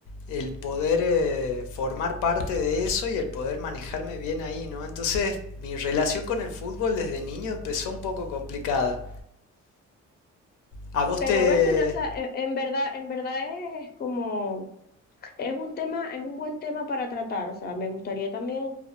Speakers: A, on the left; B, on the left.
A: el poder eh, formar parte de eso y el poder manejarme bien ahí, ¿no? Entonces mi relación con el fútbol desde niño empezó un poco complicada. ¿A vos
B: Pero
A: te,
B: Bertol, o sea, e- en verdad, en verdad es como Es un tema, es un buen tema para tratar, o sea, me gustaría también